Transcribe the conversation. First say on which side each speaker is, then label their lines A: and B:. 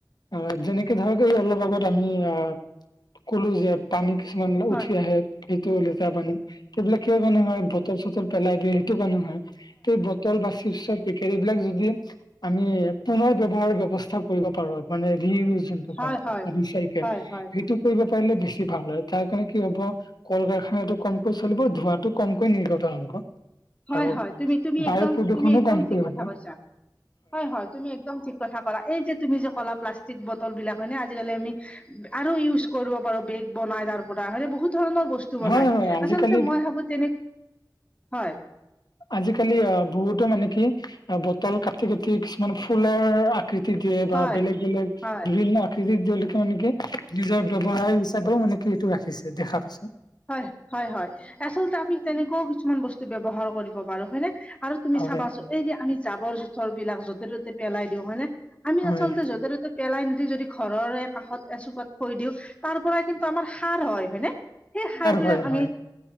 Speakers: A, on the left; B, on the left.
A: অ যেনেকে ধৰক এই অলপ আগত আমি আহ কলো যে পানী কিছুমান
B: হয়
A: উঠি আহে সেইটো লেতেৰা পানী সেইবিলাক কিয় কাৰণে হয় বতল চটল পেলাই দিয়ে সেই সেইটো কাৰণে হয়। ত বটল বাচি এই বিলাক যদি আমি পুনৰ ব্যৱহাৰ ব্যৱস্থা কৰিব পাৰোঁ মানে ৰি যোনটো কয়
B: হয় হয়
A: ৰিচাইকেল
B: হয় হয়
A: সেইটো কৰিব পাৰিলে বেছি ভাল হয়। তাৰ কাৰণে কি হ'ব কল কাৰখানাটো কমকৈ চলিব ধোঁৱাটো কমকৈ নিৰ্গত হ'ব।
B: হয়
A: আৰু
B: হয় তুমি তুমি
A: বায়ু
B: একদম
A: প্ৰদূষণো
B: তুমি একদম
A: কমকৈ
B: ঠিক
A: হব
B: কথা কৈছা হয় হয় তুমি একদম ঠিক কথা ক'লা এই যে তুমি যে ক'লা প্লাষ্টিক বটল বিলাক হয়নে আজিকালি আমি আৰু ইউজ কৰিব পাৰোঁ বেগ বনাই তাৰ পৰা হয়নে বহুত ধৰণৰ বস্তু বনাই
A: হয় হয় হয় আজিকালি
B: আচলতে মই ভাবো তেনে, হয়
A: আজিকালি আ বহুতো মানে কি আ বটল কাটি কাটি কিছুমান ফুলৰ আ আকৃতি দিয়ে
B: হয়
A: বা বেলেগ বেলেগ
B: হয়
A: বিভিন্ন আকৃতি তেওঁলোকে মানে কি নিজৰ ব্যৱসায় হিচাপেও মানে কি এইটো ৰাখিছে। দেখা পাইছোঁ।
B: হয় হয় হয় আচলতে আমি তেনেকুৱাও কিছুমান বস্তু ব্যৱহাৰ কৰিব পাৰোঁ। হয় নে? আৰু তুমি
A: হয়
B: চাবাচোন এই যে আমি জাবৰ জোথৰ বিলাক য'তে ত'তে পেলাই দিওঁ হয়নে আমি
A: হয়
B: আচলতে য'তে ত'তে পেলাই নিদি যদি ঘৰৰে কাষত এচুকত থৈ দিওঁ তাৰ পৰাই কিন্তু আমাৰ সাৰ হয়। হয়নে? সেই সাৰ বিলাক
A: হয়
B: আমি
A: হয়